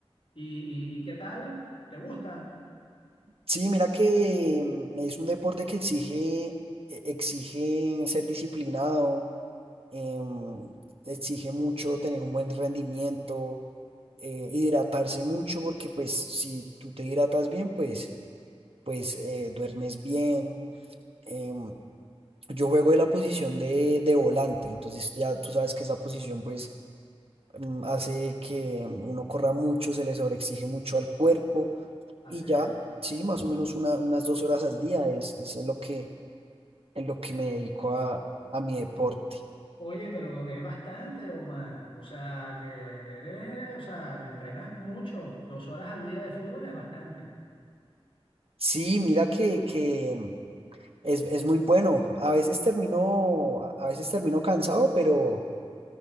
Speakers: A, on the left; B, on the right.
A: ¿Y, y, y qué tal? ¿Te gusta?
B: Sí, mira que mm, es un deporte que exige, e- exige ser disciplinado, em, exige mucho tener un buen rendimiento, eh, hidratarse mucho, porque pues si tú te hidratas bien, pues, pues eh, duermes bien. em, yo juego de la posición de, de volante, entonces ya tú sabes que esa posición pues mm, hace que mm, uno corra mucho, se le sobreexige mucho al cuerpo
A: Así
B: y ya,
A: es.
B: sí, más o menos una- unas dos horas al día es, es en lo que, en lo que me dedico a, a mi deporte.
A: Oye, pero es bastante, Omar. O sea, que eres, o sea, entrenas mucho. Dos horas al día de fútbol es bastante.
B: Sí, mira que, que mm, es, es muy bueno. A veces termino, a veces termino cansado, pero,